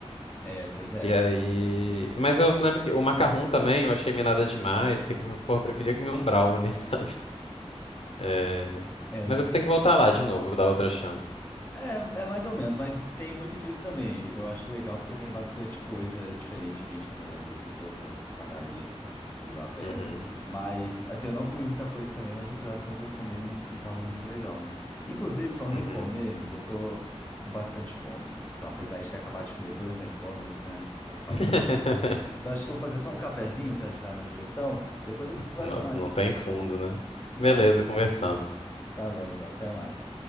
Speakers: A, on the left (about 15°); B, on the left (about 60°).
A: É, pois é.
B: E aí. Mas eu lembro que o macarrão também eu achei meio nada demais. Fiquei pensando, porra, eu preferia comer um brownie, <laughs> sabe? É...
A: É, Eu
B: Mas
A: entendo.
B: eu tenho que voltar lá de novo, dar outra chance.
A: É, é mais ou menos, mas tem muito disso também. Eu acho legal porque tem bastante coisa diferente que a gente não vê, às vezes, em todas as padarias de Vila Velha.
B: Uhum.
A: Mas, assim, eu não comi muita coisa também, mas o coração que eu comi não, não tava muito legal, né? Inclusive, falando
B: Uhum.
A: em comer, amigo, eu tô com bastante fome. Então, apesar de ter acabado de comer dois McDonald's, né? Eu falei.
B: <laughs>
A: que- Então, acho que eu vou fazer só um cafezinho para ajudar na digestão. Depois a gente conversa
B: Nossa,
A: mais.
B: não tem fundo, né?
A: Não.
B: Beleza, conversamos.
A: Tá bom, então. Até mais.